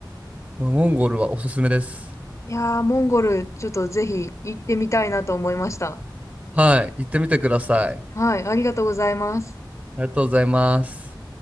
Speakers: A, on the right; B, on the left.
A: まあ、モンゴルはおすすめです。
B: いやー、モンゴルちょっとぜひ行ってみたいなと思いました。
A: はい、行ってみてください。
B: はい、ありがとうございます。
A: ありがとうございます。